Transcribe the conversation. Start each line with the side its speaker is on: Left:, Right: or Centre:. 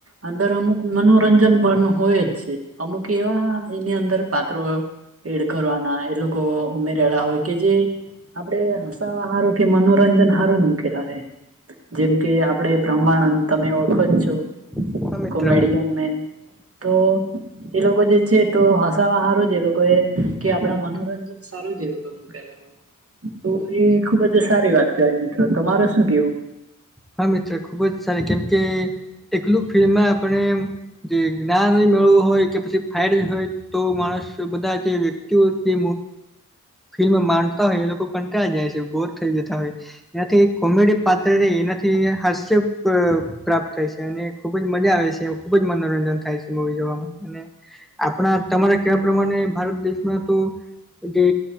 Right: અંદર અમુક મનોરંજન પણ હોય જ છે. અમુક એવા એની અંદર પાત્રો એડ કરવાના એ લોકો ઉમેર <unintelligible> હોય કે જે આપણે આ <unintelligible> હારું કે મનોરંજન હારું જ મૂકેલા રહે. જેમ કે આપડે ભ્રમાનંદ, તમેય ઓળખો જ છો,
Centre: હા મિત્ર
Right: કોમેડિયન મેન. તો એ લોકો જે છે તો હસા બહારો જ એ લોકો એ, કે આપડા મનોરંજન સારો જેવઈ મુકલાય. તો એ ખુબ જ સારી વાત કહેવાય મિત્રો તમારે શું કેવું?
Centre: હા મિત્ર ખુબ જ સારી કેમ કે એકલું ફિલ્મ આપને જે જ્ઞાન મેળવું હોય કે પછી ફાયર હોય તો માણસ બધા જે વ્યક્તિઓ જે ફિલ્મ ડતા હોય એ લોકો પણ ત્યાં જાય છે બોર થઈ જતા હોય. એનાથી કોમેડી પાત્ર એ થી હાસ્ય પ્રાપ્ત થાય છે અને ખુબ જ મજા આવે છે. ખુબ જ મનોરંજન થાય છે મવી જોવામાં, અને આપણા તમારે કેવા પ્રમાણે ભારત દેશમાં તો જે